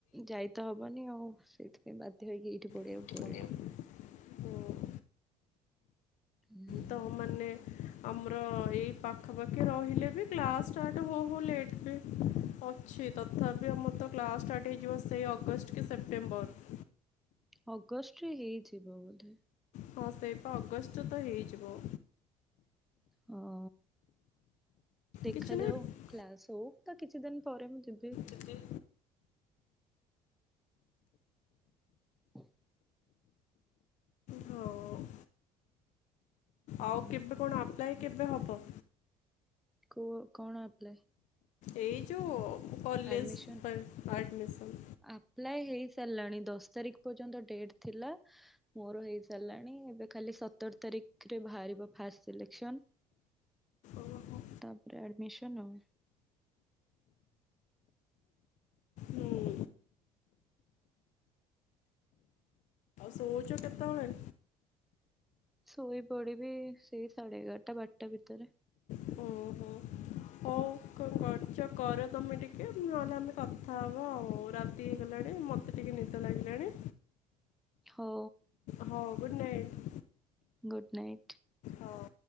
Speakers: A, in the centre; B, on the left (about 70°).
A: ଯାଇ ତ ହବନି ଆଉ ସେଇଥିପାଇଁ ବାଧ୍ୟ ହେଇକି ଏଇଠି ପଢିବାକୁ
B: ଏଠି ପଢ଼ିବାକୁ
A: ପଡିବ।
B: ହୁଁ
A: ହୁଁ
B: ତ ମାନେ ଆମର ଏଇ ପାଖାପାଖି ରହିଲେ ବି କ୍ଲାସ୍ ଷ୍ଟାର୍ଟ ହଉ ହଉ ଲେଟ୍ ବି ଅଛି ତଥାପି ଆମର ତ କ୍ଲା ଷ୍ଟାର୍ଟ ହେଇଯିବ ସେଇ ଅଗଷ୍ଟ କି ସେପ୍ଟେମ୍ବର।
A: ଅଗଷ୍ଟରେ ହେଇଯିବ ବୋଧେ।
B: ହଁ ସେଇପା ଅଗଷ୍ଟ ତ ହେଇଯିବ।
A: ହୋଉ ଦେଖାଯାଉ।
B: କିଛି ନାହିଁ
A: କ୍ଲାସ ହଉ ତା କିଛି ଦିନି ପରେ ମୁଁ ଯିବି।
B: ଦିଦି
A: ହୁଁ।
B: ହଁ
A: ହୁଁ,
B: ଆଉ କେବେ କଣ ଆପ୍ଲାଇ କେବେ ହବ?
A: କୋଉ ଆଉ କଣ ଆପ୍ଲାଇ?
B: ଏଇ ଯୋଉ କଲେଜ
A: ଆଡମିସନ
B: ପାଇଁ ଆଡ଼ିମିସନ୍।
A: ଆପ୍ଲାଏ ହେଇ ସାରିଲାଣି ଦଶ ତାରିଖ ପର୍ଯ୍ୟନ୍ତ ଡେଟେ ଥିଲା। ମୋର ହେଇ ସାରିଲାଣି ଏବେ ଖାଲି ସତର ତାରିଖରେ ବାହାରିବ ଫାଷ୍ଟ ସିଲେକ୍ସନ୍।
B: ଓହୋ
A: ତାପରେ ଆଡିମିଶନ୍ ଆଉ।
B: ହୁଁ ଶୋଉଚ କେତେବେୁଳେ?
A: ଶୋଇ ପଡିବି ସେଇ ସାଢେ ଏଗାରଟା ବାରଟା ଭିତରେ।
B: ଓହୋ ହଉ କଣ କରୁଛ କର ତମେ ଟିକେ ନହେଲେ ଆମେ କଥା ହବ ଆଉ ରାତି ହେଇଗଲାଣି ମତେ ଟିକେ ନିଦ ଲାଗିଲାଣି।
A: ହଉ।
B: ହଁ ଗୁଡ଼୍ ନାଇଟ।
A: Good night.
B: ହଉ